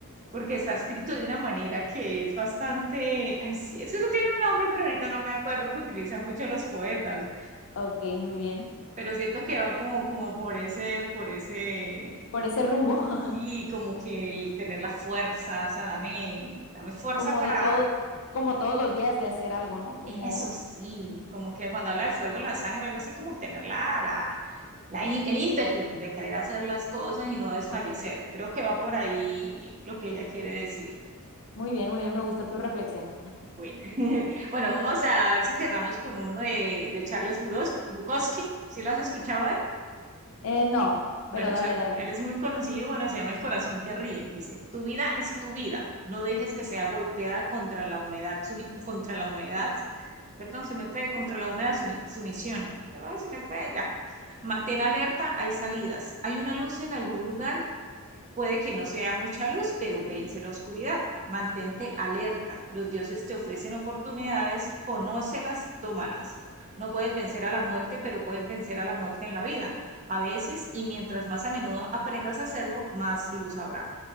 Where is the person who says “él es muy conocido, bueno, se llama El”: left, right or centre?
Right